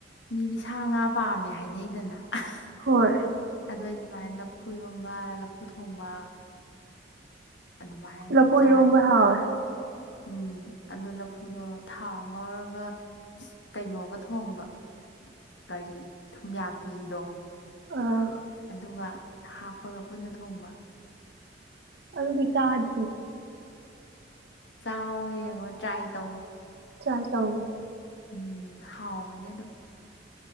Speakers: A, on the left; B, on the right.
A: ꯃꯤꯗꯤ ꯁꯥ ꯉꯥ ꯄꯥꯝꯃꯦ ꯍꯥꯏꯅꯩꯗꯅ ꯍ‌ꯣꯏ
B: ꯍꯣꯏ
A: ꯑꯗ‌ꯣ ꯑꯩꯗꯤ ꯁꯨꯃꯥꯏꯅ ꯂꯐꯨ ꯏꯔꯣꯝꯕ ꯂꯐꯨ ꯊꯣꯡꯕ ꯑꯗꯨꯃꯥꯏꯅ
B: ꯂꯐꯨ
A: ꯆꯥꯏ
B: ꯏꯔꯣꯟꯕ ꯍꯥꯎꯏ
A: ꯎꯝ ꯑꯗꯣ ꯂꯐꯨꯗꯣ ꯊꯥꯎ ꯉꯧꯔꯒ ꯀꯩꯅꯣꯒ ꯊꯣꯡꯕ ꯀꯔꯤ ꯊꯨꯝꯌꯥꯛꯄꯤꯗꯣ
B: ꯑꯥ
A: ꯑꯗꯨꯒ ꯍꯥꯞꯄꯒ ꯄꯨꯟꯅ ꯊꯣꯡꯕ
B: ꯑꯗꯨꯗꯤ ꯆꯥꯗ
A: ꯆꯥꯎꯋ‌ꯣ ꯌꯦꯡꯉꯣ ꯇ꯭ꯔꯥꯏ ꯇꯧꯋꯣ
B: ꯇ꯭ꯔꯥꯏ ꯇꯧꯒꯦ
A: ꯎꯝ ꯍꯥꯎꯕꯅꯦ ꯑꯗꯨꯝ